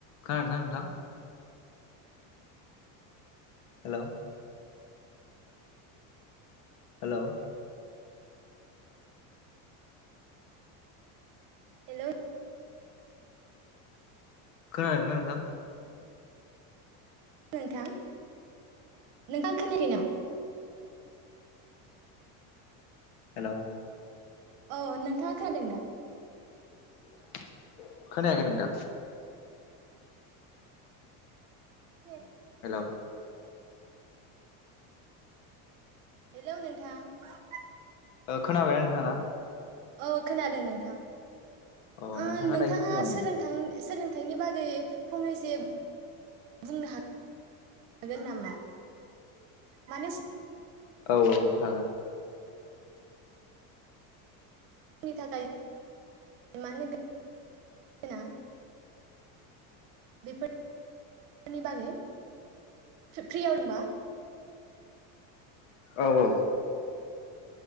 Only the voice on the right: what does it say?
हेल'
<unintelligible> नोंथां नोंथां खोनायाखै नामा?
औ नोंथाङा खानादों दा?
<unintelligible>
हेलौ नोंथां ।
औ खोनादों नोंथां।
ओ नोंथाङा
सोलोंथां सोलोंथाइनि बागै फंनैसो बुंनो हागोन नामा? माने
<unintelligible> बेफोरनि बागै फ्रि- फ्रियाव दंबा।